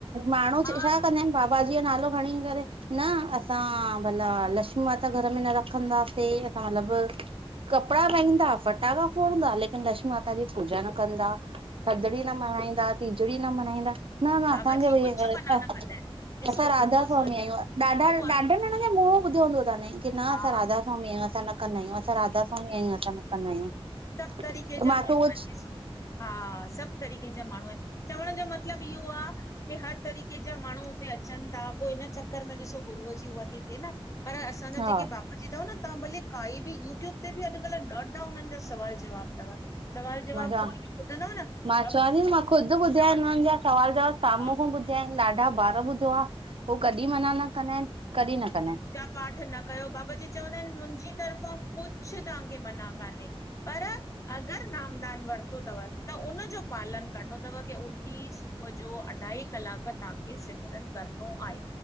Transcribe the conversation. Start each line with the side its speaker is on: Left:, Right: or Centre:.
Right: माण्हू
Left: मां
Right: छा कंदा आहिन बाबा जी जो नालो खणी करे न असां भला लक्ष्मी माता घर में न रखंदा सीं असां मतिलब कपिड़ा पाईंदा फटाका फोड़ंदा लेकिन लक्ष्मी माता जी पूजा न कंदा थधड़ी न मनाईंदा, तीजड़ी न मनाईंदा न न
Left: बाबा
Right: असांखे
Left: जी
Right: बी इय
Left: कुझु
Right: ॻाल्ह
Left: मना न कंदा आहिनि ॾिसो
Right: असां राधा
Left: जेको असांजो
Right: स्वामी, आहियूं ॾाढा
Left: गुरू आ न
Right: ॾाढे ज़णन मूंह ॿुधो हो त न की न
Left: हा
Right: असां राधा स्वामी आयूं, असां न कंदा आहियूं असां राधास्वामी आयूं असां न कंदा आहियूं।
Left: सभ तरीके
Right: त
Left: जा
Right: मां
Left: माण्हू
Right: त उहो
Left: आहिन ॾिसो। हा सभु तरीके जा माण्हू आहिन चवण जो मतिलब इहो आ इते हर तरीक़े जा माण्हू हुते अचन ता, पो इन चक्कर में ॾिसो गुरूअ जी उह ती थे न पर असांजा
Right: हा
Left: जेके बाबाजी तव न तव्हां भले काई बि यूट्यूब ते बि अॼुकल्ह ॾाढा उन्हिन जा सवाल जवाब तव सवाल जवाब
Right: मां चवां
Left: कोई बी ॿुधंदव न
Right: मां
Left: बाबा
Right: चवां थी मां ख़ुदि ॿुधिया आहिनि
Left: <unintelligible>
Right: हुननि जा सवाल जवाब सामूं
Left: हा
Right: खां ॿुध ॾाढा बार ॿुधो आ उ कॾहिं मना न कंदा आहिन कॾहिं न कंदा आहिन
Left: तां पाठ न कयो बाबा जी चवंदा आहिन मुंहिंजी तरफ़ां कुछ तव्हांखे मना कान्हे पर अगरि नामदान वरितो तव त उनजो पालन करिणो तव की उथी सुबुह जो अढाई कलाक तव्हांखे सिमरन करणो आहे